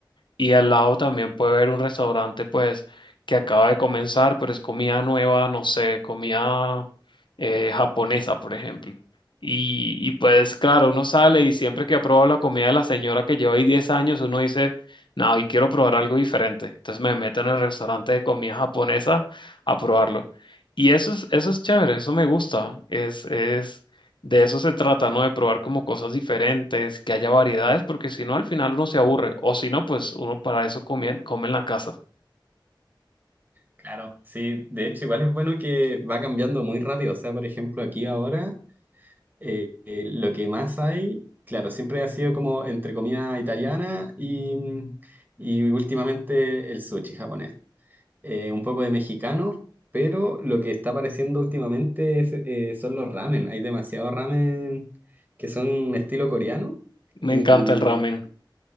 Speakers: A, on the left; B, on the right.
A: y al lado también puede haber un restaurante, pues, que acaba de comenzar, pero es comida nueva, no sé, comida eh, japonesa, por ejemplo. Y, y pues, claro, uno sale y siempre que ha probado la comida de la señora que lleva ahí 10 años, uno dice, no, hoy quiero probar algo diferente. Entonces me meto en el restaurante de comida japonesa a probarlo. Y eso es, eso es chévere, eso me gusta. Es, es, de eso se trata, ¿no? De probar como cosas diferentes, que haya variedades, porque si no, al final uno se aburre. O si no, pues uno para eso come, come en la casa.
B: Claro. Sí, de hecho, igual es bueno que va cambiando muy rápido. O sea, por ejemplo, aquí ahora eh, eh, lo que más hay, claro, siempre ha sido como entre comida italiana y, mm, y últimamente el sushi japonés. Eh, un poco de mexicano, pero lo que está apareciendo últimamente es, eh, son los ramen. Hay demasiado ramen que son estilo coreano y
A: Me encanta el ramen.